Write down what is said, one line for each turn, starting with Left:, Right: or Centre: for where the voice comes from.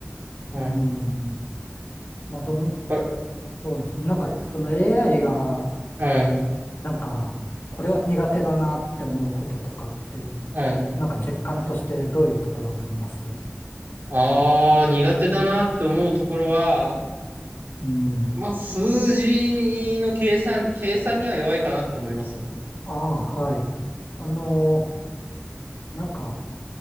Right: はい。
Left: うん。まあ、どの、
Right: はい。
Left: そうですね。なんか、その AI が、
Right: はい。
Left: なんか、これは苦手だなって思うこととかって、
Right: はい。
Left: なんか実感としてどういうところがあります
Right: ああ、苦手だなって思うところは、
Left: うん。
Right: まあ、数字の計算、計算には弱いかなと思いますね。
Left: ああ、はい。あのー、なんか、